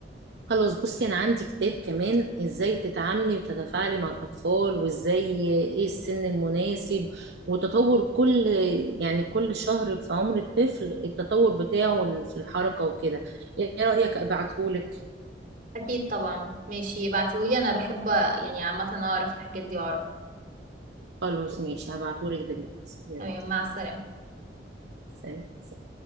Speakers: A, on the right; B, on the right.
A: خلاص بصي انا عندي كتاب كمان ازاي تتعاملي وتتفاعلي مع الاطفال وازاي ايه السن المناسب وتطور كل يعني كل شهر في عمر الطفل التطور بتاعه في الحركة وكده ايه رأيك ابعتهولك
B: اكيد طبعا ماشي ابعتيهولي انا بحب يعني عامه اعرف الحاجات دي واعرف
A: خلاص ماشي هبعتهولك دلوقتي يلا.
B: تمام مع السلامه
A: سلام